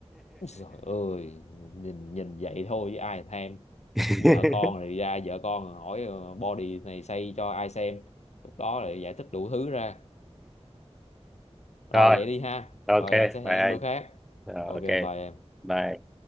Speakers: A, on the left; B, in the centre.
A: Trời ơi nhìn nhìn vậy thôi chứ ai thèm
B: <laughs>
A: vợ con rồi ra vợ con hỏi ờ, body này xây cho ai xem lúc đó lại giải thích đủ thứ ra rồi
B: rồi
A: vậy đi ha
B: ok
A: rồi anh sẽ hẹn
B: bye
A: em
B: anh
A: bữa khác
B: Rồi,
A: ok
B: ok
A: bye em
B: bye